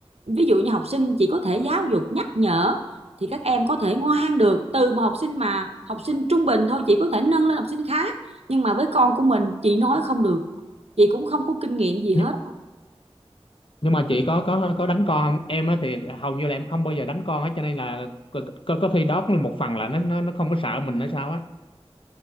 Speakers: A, on the right (about 80°); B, on the left (about 60°).
A: ví dụ như học sinh chị có thể giáo dục nhắc nhở thì các em có thể ngoan được từ một học sinh mà học sinh trung bình thôi chị có thể nâng lên học sinh khá nhưng mà với con của mình chị nói không được chị cũng không có kinh nghiệm gì hết
B: nhưng, nhưng mà chị có có có đánh con không em á thì hầu như là em không bao giờ đánh con hết cho nên là có, có, có khi đó cũng là một phần là nó nó nó không có sợ mình hay sao á